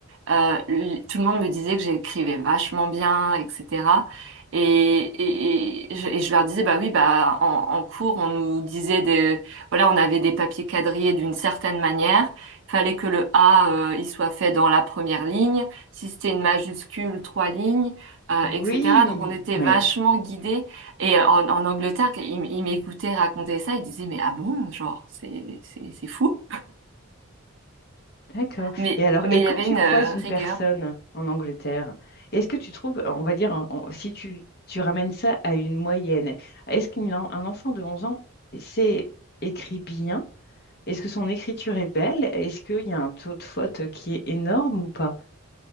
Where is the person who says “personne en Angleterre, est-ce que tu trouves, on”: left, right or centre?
Left